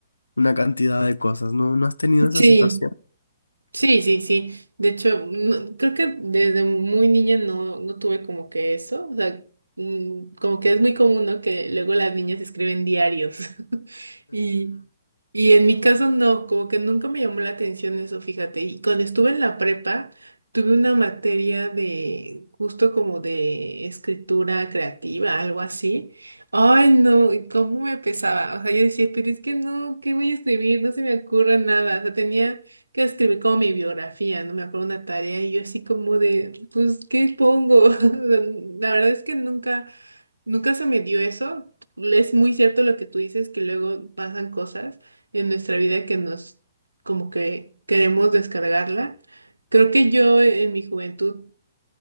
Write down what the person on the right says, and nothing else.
sí.
Sí, sí, sí. De hecho, no- creo que desde muy niña no, no tuve como que eso. O sea, mm, como que es muy común, ¿no? Que luego las niñas escriben diarios. <laughs> Y, y en mi caso no, como que nunca me llamó la atención eso, fíjate. Y cuando estuve en la prepa, tuve una materia de justo como de escritura creativa, algo así. Ay, no, y cómo me pesaba. O sea, yo decía, pero es que no, ¿qué voy a escribir? No se me ocurre nada. O sea, tenía que escribir como mi biografía, no me acuerdo una tarea y yo así como de, pues, ¿qué pongo? <laughs> O sea, La verdad es que nunca Nunca se me dio eso. Es muy cierto lo que tú dices, que luego pasan cosas en nuestra vida que nos, como que queremos descargarla. Creo que yo en mi juventud,